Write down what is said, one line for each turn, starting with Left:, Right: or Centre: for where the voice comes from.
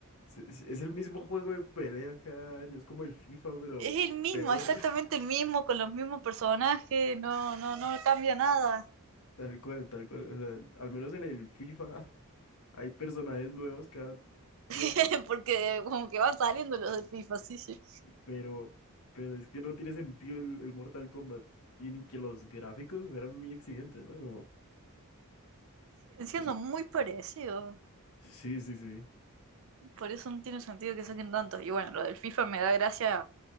Left: es, es- es el mismo juego de pelea cada año, es como el FIFA, pero
Right: Es el mismo,
Left: peor,
Right: exactamente
Left: <laughs>
Right: el mismo, con los mismos personajes, no, no, no cambia nada.
Left: tal cual, tal cual. O sea, al menos en el FIFA <laughs> hay personajes nuevos cada tiempo,
Right: <laughs> Porque como que van saliendo los del FIFA, sí, sí.
Left: pero, pero es que no tiene sentido el, el Mortal Kombat. Y ni que los gráficos fueran muy exigentes, ¿no? Como,
Right: Siguen Siendo
Left: eso.
Right: muy parecidos.
Left: Sí, sí, sí.
Right: Por eso no tiene sentido que saquen tantos. Y bueno, lo del FIFA me da gracia